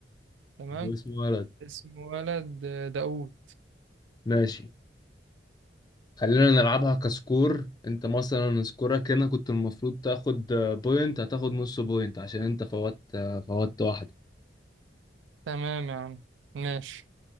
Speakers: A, on the right (about 80°); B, on the left (about 20°).
A: تمام
B: طب واسم ولد
A: اسم ولد آه، داوود
B: ماشي خلينا نلعبها كسكور انت مثلا سكورك هنا كنت المفروض تاخد آه، بوينت هتاخد نص بوينت عشان انت فوت آه، فوت واحدة
A: تمام يا عم ماشي